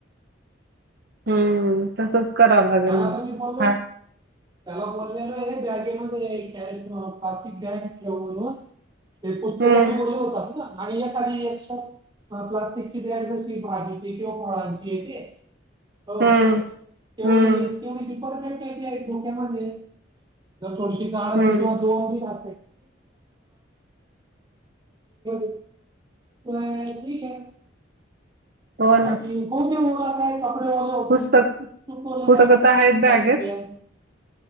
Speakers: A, on the right (about 50°); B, on the right (about 20°).
A: हम्म तसच करावं लागेल
B: त्याला
A: मग
B: तर मी बोललोय.
A: हा
B: त्याला बोललेलो आहे बॅगेमध्ये एक कॅ अह प्लास्टिक बॅग ठेव म्हणून. त्याची पुस्तकं
A: हम्म
B: बी ओली होतात ना आणि एखादी एक्स्ट्रा अह प्लास्टिकची बॅग कशी भाजीची किंवा फळांची येते हो.
A: हम्म
B: तेवढी
A: हम्म
B: केवढी रिपर्फेक्ट येते डोक्यामध्ये जर थोडीशी जाण
A: हम्म
B: असती किंवा दोन ला <unintelligible> पण ठीक आहे.
A: हो ना
B: बाकी <unintelligible> कपडे ओले होतील.
A: पुस्तक
B: <unintelligible>
A: पुस्तकं तर आहेत बॅगेत